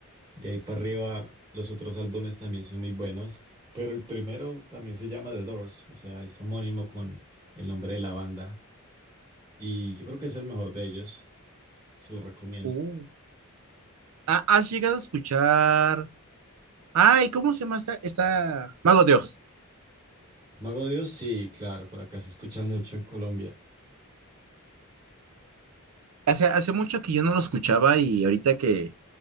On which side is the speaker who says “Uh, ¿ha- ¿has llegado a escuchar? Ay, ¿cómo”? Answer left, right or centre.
Right